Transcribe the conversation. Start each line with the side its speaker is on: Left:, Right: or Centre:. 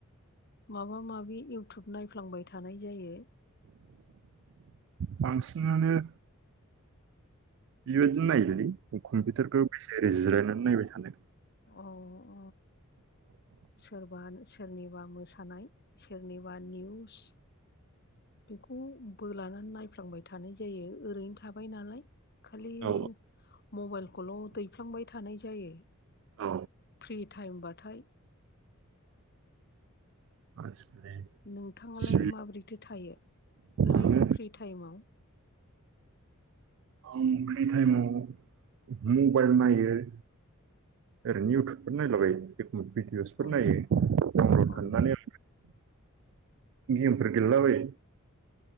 Left: माबा माबि इउटुब नायफ्लांबाय थानाय जायो।
Right: बांसिनानो बेबायदि नायोलै कम्पिउटारखौ बेसेायै जिरायनानै नायबाय थानो
Left: औ सोरबा सोरनिबा मोसानाय सोरनिबा निउस बेखौ बोलानानै नायफ्लांबाय थानाय जायो ओरैनो थाबाय नालाय खालि
Right: औ
Left: मबाइलखौल' दैफ्लांबाय थानाय जायो
Right: औ
Left: फ्रि टाइमबाथाय
Right: <unintelligible>
Left: नोंथाङालाय
Right: टिभि
Left: माबोरैथो थायो ओरैनो
Right: आङो
Left: फ्रि टाइमाव
Right: आं फ्रि टाइमाव मबाइल नायो। ओरैनो इउटुबफोर नायलाबाय एख भिदिअसफोर
Left: अ
Right: नायो
Left: अ अ
Right: थांनानै गेमफोर गेलेलाबायो